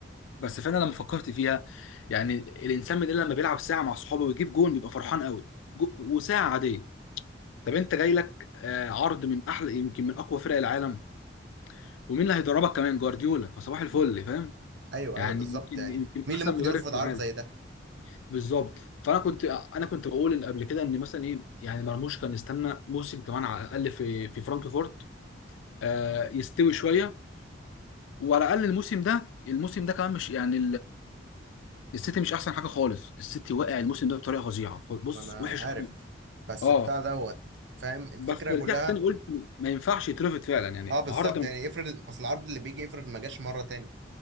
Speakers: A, on the left (about 80°); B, on the right (about 65°).
A: بس فانا لما فكرت فيها يعني الانسان من اللي لما بيلعب ساعه مع صحابه ويجيب جون بيبقى فرحان قوي جو- وساعه عاديه طب انت جاي لك آه، عرض من احلى يمكن من اقوى فرق العالم ومين اللي هيدربك كمان جوارديولا فصباح الفل فاهم
B: ايوه
A: يعني
B: ايوه بالظبط
A: يمكن
B: يعني
A: يمكن
B: مين
A: احسن
B: اللي ممكن
A: مدرب
B: يرفض
A: في
B: عرض
A: العالم
B: زي ده
A: بالظبط فانا كنت انا كنت بقول ان قبل كده ان مثلا ايه يعني مرموش كان يستنى موسم كمان على الاقل في في فرانكفورت آه، يستوي شويه وعلى الاقل الموسم ده الموسم ده كمان مش يعني السيتي مش احسن حاجه خالص السيتي واقع الموسم ده بطريقه فظيعه ف- بص
B: ما انا
A: وحش
B: عارف
A: قوي
B: بس
A: اه
B: بتاع دوت فاهم الفكره
A: بس رجعت
B: كلها
A: تاني قلت ما ينفعش يترفض فعلا يعني
B: اه بالظبط
A: عرض من-
B: يعني افرض اصل العرض اللي بيجي افرض ما جاش مره تاني